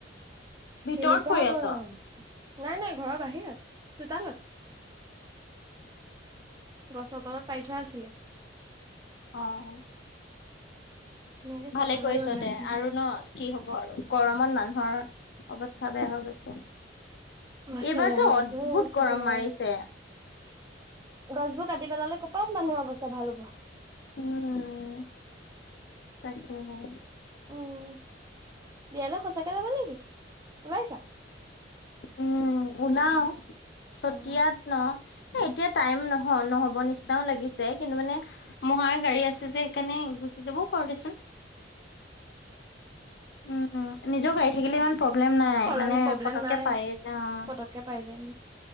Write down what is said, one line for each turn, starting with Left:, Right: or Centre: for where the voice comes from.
Left: ভিতৰত
Right: কেনেকুৱা
Left: কৰি
Right: গৰম
Left: আছ?
Right: নাই, নাই ঘৰৰ বাহিৰত চোতালত গছৰ তলত পাৰি থোৱা আছিলে।
Left: অহ।
Right: ধুনীয়াকে চফা
Left: ভালে কৰিছ
Right: হৈ গ'ল মেটখন
Left: দে আৰু ন কি হ'ব আৰু গৰমত মানুহৰ অৱস্থা বেয়া হৈ গৈছে।
Right: অৱস্থা
Left: এইবাৰ
Right: বেয়া
Left: যে
Right: হৈ
Left: অদ্ভুত
Right: গৈছে অ কি
Left: গৰম
Right: যে
Left: মাৰিছে।
Right: গছবোৰ কাটি পেলালে ক'পাত মানুহৰ অৱস্থা ভাল হ'ব।
Left: উম তাকে হে।
Right: উম, বিয়ালৈ সঁচাকে যাবা নেকি ওলাইছা।
Left: উম, ওলাও চতিয়াত
Right: উম,
Left: ন। এতিয়া টাইম নহ নহব নিচিনাও লাগিছে কিন্তু মানে মহাৰ গাড়ী আছে যে সেইকাৰণে যাবও পাৰ দেচোন। উম, উম নিজৰ গাড়ী থাকিলে ইমান প্ৰব্লেম নাই
Right: প্ৰব্লেম
Left: মানে
Right: প্ৰব্লেম
Left: পটকে
Right: নাই
Left: পায়েই যে অ'।
Right: পতককে পাই যাম।